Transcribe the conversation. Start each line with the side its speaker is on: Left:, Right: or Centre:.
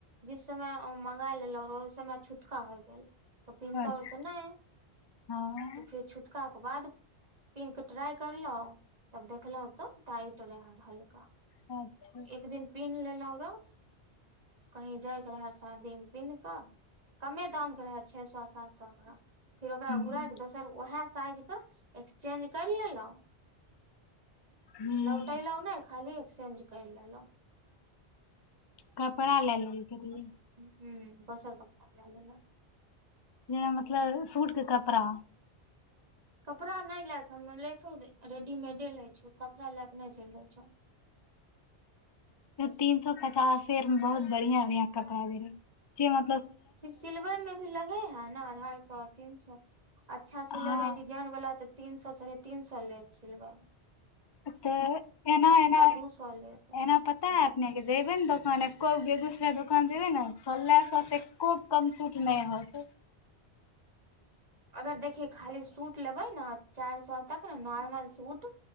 Right: जिस समय मँंगा लेलो रोज समय छूटका हो गेल तऽ पिन्ता
Left: अच्छा
Right: र त नहि
Left: हँ
Right: त फिर हल्का के बाद पिन्ह के ट्राई करलहुं तब देखलो तो टाइट रहे हल्का
Left: अच्छा
Right: एक दिन पिन्ह लेब हेल र <inaudible> कहीं जायत रहे शादीमे पिन्ह कऽ कमे दाम के रहे छे सए सात सए के फिर ओकरा
Left: ह
Right: घुरा क दोसर ओएह साइज त एक्सचेंज कर लेलहु
Left: ह
Right: लौटोलहुँ न खाली एक्सेंज कर लेलहुँ
Left: कपड़ा लेना करए
Right: हुँ दोसर कपड़ा लेलहुँ
Left: जेना मतलब सूट के कपड़ा
Right: कपड़ा नहि लए कऽ हम लै छौ रेडीमेडे लै छौ कपड़ा लए कऽ नहि सिलबै छौ
Left: तीन सो पचास बहुत बढ़ििया बढ़आ कपड़ा दे रहे जेम
Right: फिर सिलबै मे भी लगे है न अढ़ाई सए तीन सए अच्छा सिलेबै
Left: हँ
Right: डिजाइन वला त तीन सए साढ़े तीन सए ले सिलवर
Left: तऽ एना एना
Right: दू सौ लेत अढ़ाई
Left: एना पता है अपने
Right: सौ
Left: के जेबे ने दोकान एको बेगूसराय दोकान जेबै ने सलला स एक्को कमसूट नहि हत
Right: अगर देखिये खाली सूट लेबै ने चारि सए तक ने नॉर्मल सूट